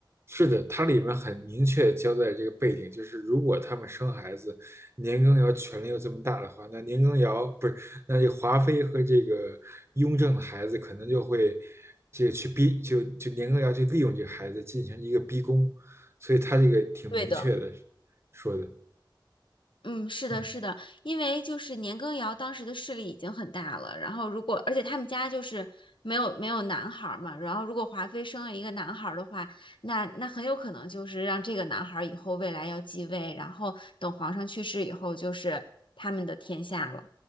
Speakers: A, on the right; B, on the left.
A: 是的，它里面很明确交代这个背景，就是如果他们生孩子，年羹尧权力又这么大的话，那年羹尧不是，那这个华妃和这个雍正的孩子可能就会这个去逼，就就年羹尧去利用这个孩子进行一个逼宫，所以他这个挺明确的
B: 对的，
A: 说的，
B: 嗯，是的，
A: 嗯。
B: 是的，因为就是年羹尧当时的势力已经很大了，然后如果而且他们家就是没有没有男孩儿嘛，然后如果华妃生了一个男孩儿的话，那那很有可能就是让这个男孩儿以后未来要继位，然后等皇上去世以后就是他们的天下了。